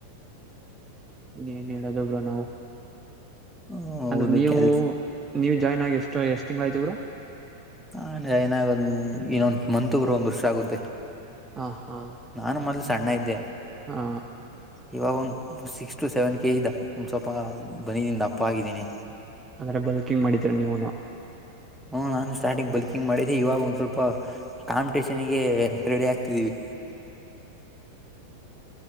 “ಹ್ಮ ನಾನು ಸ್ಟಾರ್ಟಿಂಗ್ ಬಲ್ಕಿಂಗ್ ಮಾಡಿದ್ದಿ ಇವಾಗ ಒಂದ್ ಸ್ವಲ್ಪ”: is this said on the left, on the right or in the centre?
Centre